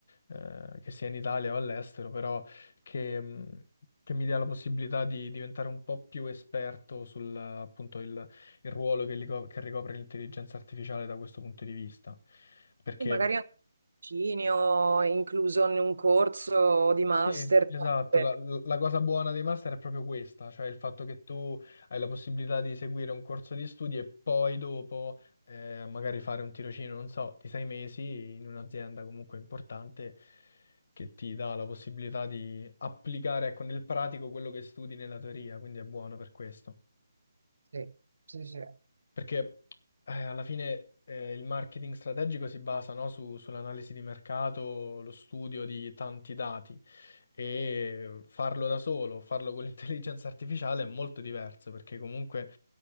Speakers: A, on the left (about 40°); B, on the right (about 70°).
A: eh, che sia in Italia o all'estero, però che, mh, che mi dia la possibilità di diventare un po' più esperto sul, appunto, il, il ruolo che, rico- che ricopre l'intelligenza artificiale da questo punto di vista. Perché
B: Magari anche un tirocinio, incluso in un corso di master.
A: sì, esatto,
B: per-
A: la, la cosa buona dei master è proprio questa, cioè il fatto che tu hai la possibilità di seguire un corso di studi e poi dopo eh, magari fare un tirocinio, non so, di sei mesi in un'azienda comunque importante che ti dà la possibilità di applicare, ecco, nel pratico quello che studi nella teoria, quindi è buono per questo.
B: Sì, sì, sì.
A: Perché eh, alla fine eh, il marketing strategico si basa, no, su- sull'analisi di mercato, lo studio di tanti dati e farlo da solo, farlo con <laughs> l'intelligenza artificiale è molto diverso perché comunque